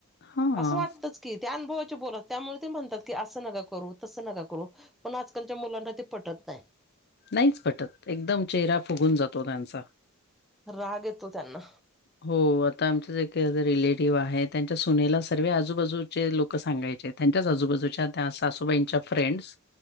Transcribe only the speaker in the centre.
आसं वाटतच. की त्या अनुभवाचे बोल अस <unintelligible> त्यामुळे ते म्हणतात की असं नका करू तसं नका करू पण आजकालच्या मुलांना ते पटत नाही.
राग येतो त्यांना.